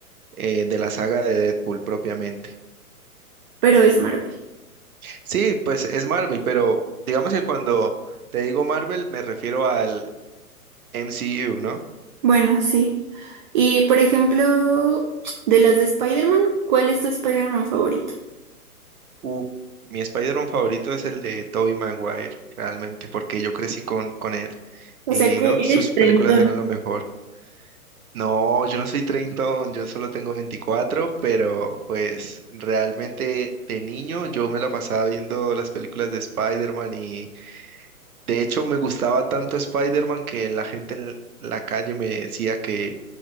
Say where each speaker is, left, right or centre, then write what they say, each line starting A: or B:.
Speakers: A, on the right; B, on the right.
A: eh, de la saga de Deadpool propiamente.
B: pero es Marvel.
A: Sí, pues es Marvel, pero digamos que cuando te digo Marvel me refiero al MCU, ¿no?
B: Bueno, sí. Y por ejemplo, de las de Spider-Man, ¿cuál es tu Spider-Man favorito?
A: Uh, mi Spider-Man favorito es el de Tobey Maguire, realmente, porque yo crecí con, con él.
B: O
A: Y
B: sea que
A: no,
B: eres
A: sus películas
B: treintón.
A: eran lo mejor. No, yo no soy treintón, yo solo tengo 24, pero pues realmente de niño yo me la pasaba viendo las películas de Spider-Man y de hecho me gustaba tanto Spider-Man que la gente en la calle me decía que